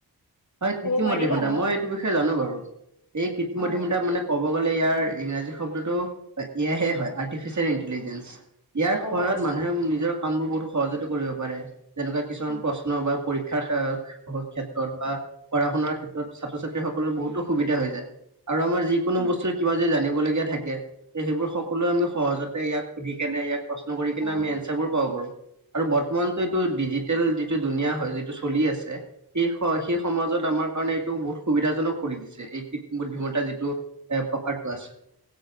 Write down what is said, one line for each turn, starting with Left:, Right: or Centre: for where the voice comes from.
Right: হয়,
Left: ক'ব
Right: কৃত্ৰিমধ্যিমতা
Left: পাৰিবা মোক
Right: মই এইটো বিষয়ে জানো বাৰু, এই কৃত্ৰিম
Left: অ
Right: <inaudible> মানে ক'ব গলে, ইয়াৰ ইংৰাজী শব্দটো এয়াহে হয়, আৰ্টিফিচিয়েল ইণ্টেলিজেঞ্চ। ইয়াৰ সহায়ত
Left: অ আচ্ছা
Right: মানুহে নিজৰ কাম বোৰ বহুত সহজতে কৰিব পাৰে, যেনেকুৱা কিছুমান
Left: অ
Right: প্ৰশ্ন বা পৰীক্ষাৰ, ক্ষেত্ৰত বা পঢ়া- শুনাৰ ক্ষেত্ৰত ছাত্ৰ-ছাত্ৰীসকলৰ বহুতো সুবিধা হৈ যায়। আৰু আমাৰ যিকোনো
Left: উম
Right: বস্তুৰ কিবা যদি জানিবলগীয়া থাকে। তে, সেইবোৰ সকলোৱে আমি সহজতে ইয়াক সুধি কেনে, ইয়াক প্ৰশ্ন কৰি কেনে
Left: উম
Right: আমি এনচাৰবোৰ পাব পাৰো। আৰু বৰ্তমানতো এইটো ডিজিটেল যিটো ধুনীয়া হয়, যিটো চলি আছে সেই, সেই মাজত আমাৰ কাৰণে এইটো বহুত সুবিধাজনক কৰি দিছে, এই ক বুদ্ধিতা যিটো এ, পকাটো আছে।